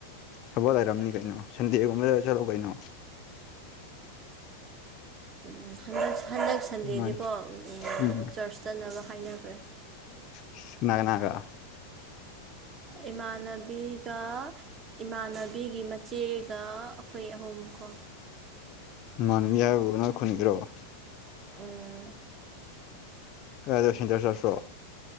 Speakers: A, on the left; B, on the right.
A: ꯊꯕꯣ ꯂꯩꯔꯝꯅꯤ ꯀꯩꯅꯣ ꯁꯟꯗꯦꯒꯨꯝꯕꯗ ꯆꯠꯂꯣ ꯀꯩꯅꯣ
B: ꯎꯝ ꯍꯟꯗꯛ ꯍꯟꯗꯛ ꯁꯟꯗꯦꯗꯤꯀꯣ
A: ꯑꯗꯨꯃꯥꯏ ꯎꯝ
B: ꯆꯔꯆ ꯆꯠꯅꯕ ꯍꯥꯏꯅꯈ꯭ꯔꯦ
A: ꯏꯁ ꯀꯅꯥ ꯀꯅꯥꯒ
B: ꯏꯃꯥꯟꯅꯕꯤꯒ ꯏꯃꯥꯟꯅꯕꯤꯒꯤ ꯃꯆꯦꯒ ꯑꯈꯣꯏ ꯑꯍꯨꯝ ꯀꯣ
A: ꯏ ꯃꯥꯟꯅꯕꯤ ꯍꯥꯏꯕꯕꯨ ꯅꯪ ꯈꯨꯟꯒꯤꯔꯣꯑꯣ
B: ꯎꯝ
A: <unintelligible>